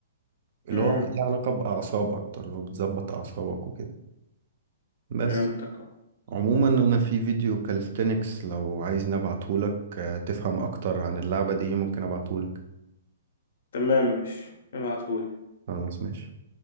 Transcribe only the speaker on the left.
امم
فهمتك
تمام ماشي ابعتهولي